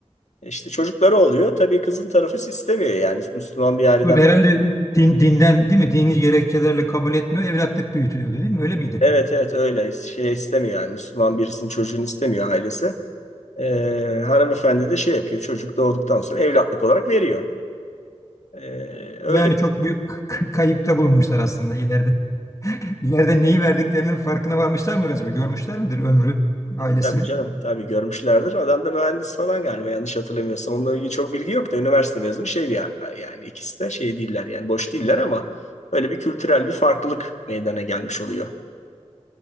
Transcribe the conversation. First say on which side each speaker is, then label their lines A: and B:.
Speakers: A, on the left; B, on the left.
A: E, İşte çocukları oluyor. Tabii kızın tarafı istemiyor yani Müslüman bir aileden.
B: Böyle herhalde din, dinden değil mi? Dini gerekçelerle kabul etmiyor. Evlatlık büyütülüyordu değil mi? Öyle miydi?
A: Evet evet öyle şey istemiyor yani Müslüman birisinin çocuğunu istemiyor ailesi. Ee, hanımefendi de şey yapıyor çocuk doğduktan sonra evlatlık olarak veriyor. Ee, öyle.
B: Yani çok büyük k- kayıpta bulunmuşlar aslında ileride. <laughs> İleride neyi verdiklerinin farkına varmışlar mıdır acaba? Görmüşler midir ömrü, ailesini?
A: E, Tabii canım. Tabii görmüşlerdir. Adam da mühendis falan galiba yanlış hatırlamıyorsam. Onunla ilgili çok bilgi yok da üniversite mezunu şey bir ya- yani ikisi de şey değiller yani boş değiller ama böyle bir kültürel bir farklılık meydana gelmiş oluyor.